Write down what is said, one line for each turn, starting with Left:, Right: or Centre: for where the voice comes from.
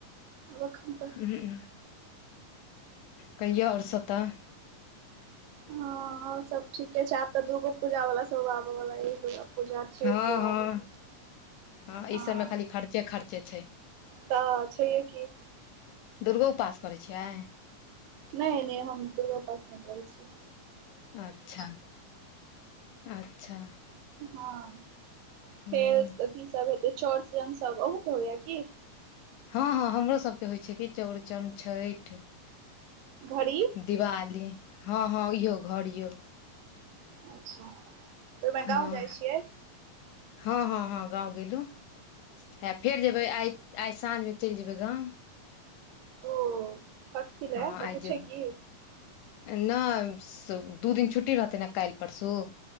Right: आब एखन तऽ
Left: उहुं उहुं कहियौ और सब तऽ
Right: हां और सब ठीके छैय, आब तऽ दुर्गो पूजा वाला सब आबै वला ऐय दुर्गा पुजा छैय,
Left: हँ
Right: दिवाली
Left: हँ
Right: मे सब
Left: हँ
Right: हां
Left: ई सबमे खाली खर्चे खर्चे छै
Right: तऽ छैेये की
Left: दुर्गो उपास करैय छियै।
Right: नै नै हम दुर्गों उपास नहि करै छियै।
Left: अच्छा अच्छा
Right: हां
Left: ह
Right: फेर अथी सब हेतै, चौरचन सब अहुं के होइया की
Left: हां हां हमरो सबके होइ छै कि चौरचन छैठ
Right: घड़ी
Left: दिवाली हां हां इहो घड़ियों
Right: अच्छा तऽ ओहिमे
Left: हां
Right: गाँव जाइ छियै
Left: हां हां हां गाँव गेलू। हां फेर
Right: अच्छा
Left: जेबै आइ आइ साँझिमे चलि जेबै गाँव
Right: ओ कथी
Left: हां
Right: ले कतहु
Left: आइ जेबै
Right: छै की
Left: नै सु दू दिन छुट्टी रहतै नै काल्हि परसू